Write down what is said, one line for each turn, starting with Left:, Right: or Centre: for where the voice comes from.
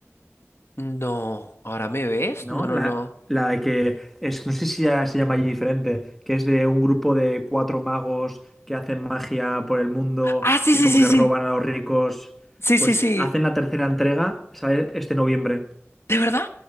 Left: no, ¿ahora me ves?
Centre: ¿no?
Left: No, no,
Centre: La,
Left: no.
Centre: la que es, no sé si ya se llama allí diferente, que es de un grupo de cuatro magos que hacen magia por el mundo
Left: Ah, sí,
Centre: y
Left: sí,
Centre: como
Left: sí,
Centre: que
Left: sí.
Centre: roban a los ricos.
Left: Sí,
Centre: Pues
Left: sí, sí.
Centre: hacen la tercera entrega, ¿sabes? Este noviembre.
Left: ¿De verdad?